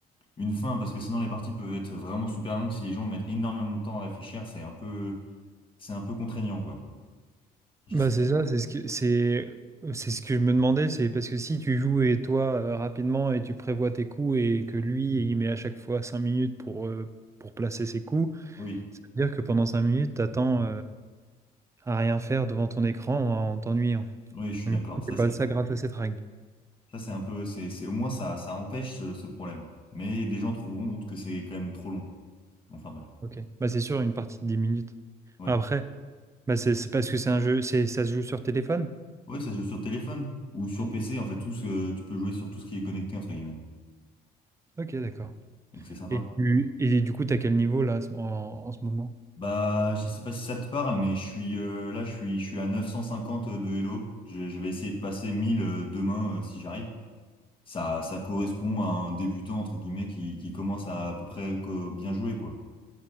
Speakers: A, on the left; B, on the right.
A: une fin parce que sinon les parties peuvent être vraiment super longues si les gens mettent énormément de temps à réfléchir, c'est un peu c'est un peu contraignant quoi. Je
B: Bah
A: sais.
B: c'est ça, c'est ce que c'est c'est ce que je me demandais, c'est parce que si tu joues et toi euh, rapidement et tu prévois tes coups et que lui il met à chaque fois 5 minutes pour, euh, pour placer ses coups,
A: Oui,
B: ça veut dire que pendant 5 minutes, t'attends. à rien faire devant ton écran en t'ennuyant.
A: oui, je suis
B: Donc,
A: d'accord.
B: du coup,
A: Ça
B: t'es pas
A: c'est
B: le ça grâce à cette règle.
A: ça c'est un peu c'est c'est au moins ça ça empêche ce ce problème. Mais des gens trouveront que c'est quand même trop long. Enfin bref.
B: Ok. Bah, c'est sûr, une partie de 10 minutes.
A: Ouais.
B: Après, bah, c'est c'est parce que c'est un jeu, c'est, ça se joue sur téléphone?
A: Ouais, ça se joue sur téléphone ou sur
B: Ok,
A: PC. En fait, tout ce, que- tu peux jouer sur tout ce qui est connecté, entre guillemets.
B: Ok, d'accord.
A: Donc c'est sympa.
B: Et, tu- et du coup, t'as quel niveau là en, en ce moment?
A: Bah, je sais pas si ça te parle, mais je suis euh, là, je suis, je suis à 950 de Hello. Je, je vais essayer de passer 1000 euh, demain euh, si j'arrive. Ça, ça correspond à un débutant, entre guillemets, qui, qui commence à à peu près co- bien jouer, quoi.